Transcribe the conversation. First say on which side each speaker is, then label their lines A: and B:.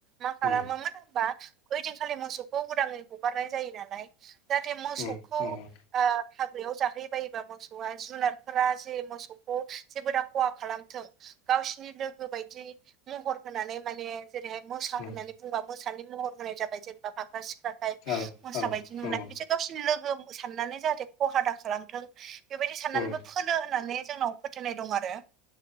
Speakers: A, on the right; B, on the left.
A: मा खालामोमोन
B: ओम
A: होनबा ओइ दिनखालि मोसौखौ उदाङै हगारनाय जायो नालाय जाहाथे मोसौखौ
B: ओम नंगौ
A: आ‌ हाग्रायाव जाहै बायोबा मोसौआ जुनारफोरा जे मोसौ जेबो दा खहा खालामथों गावसिनि लोगो बायदि महर होनानै माने जेरैहाय मोसा
B: ओम
A: होननानै बुंबा मोसानि महर होनाय जाबाय जेनेबा फाख्रा-सिख्रा
B: औ
A: मोसा
B: औ
A: बायदि नुनाय
B: नंगौ
A: बिसोर गावसिनि लोगो साननानै जाहाथे खहा दा खालामथों बेबायदि साननानैबो
B: ओम औ
A: फोनो होननानै जोंनाव फोथायनाय दं आरो